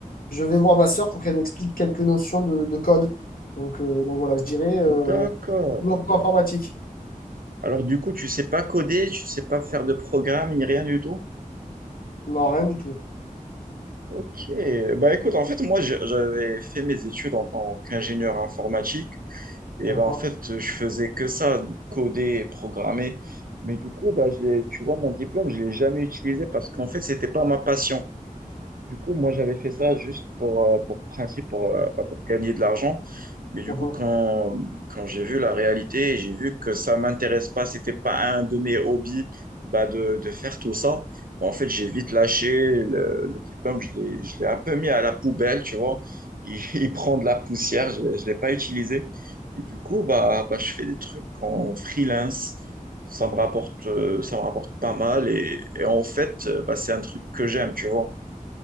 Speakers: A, on the left; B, on the right.
A: je vais voir ma sœur pour qu'elle m'explique quelques notions de, de code. Donc, euh, donc voilà, je dirais euh,
B: d'accord.
A: développement informatique.
B: Alors du coup, tu sais pas coder, tu sais pas faire de programme, ni rien du tout?
A: Non, rien du tout.
B: Ok, bah écoute, en fait, moi j'ai- j'avais fait mes études en tant qu'ingénieur informatique. Et
A: D'accord.
B: ben, en fait, je faisais que ça, coder et programmer. Mais du coup, bah, je l'ai- tu vois, mon diplôme, je ne l'ai jamais utilisé parce qu'en fait, ce n'était pas ma passion. Du coup, moi, j'avais fait ça juste pour, euh, pour principe, pour, euh, pas pour gagner de l'argent. Mais du
A: <laughs>
B: coup,
A: Mhm.
B: quand, quand j'ai vu la réalité, j'ai vu que ça m'intéresse pas, c'était pas un de mes hobbies bah, de, de faire tout ça. Bah, en fait, j'ai vite lâché le, le diplôme, je l'ai, je l'ai un peu mis à la poubelle, tu vois. Il, <laughs> il prend de la poussière, je ne l'ai je l'ai pas utilisé. Et du coup, bah, bah, je fais des trucs en freelance. Ça me rapporte, euh, ça me rapporte pas mal. Et, et en fait, euh, bah, c'est un truc que j'aime, tu vois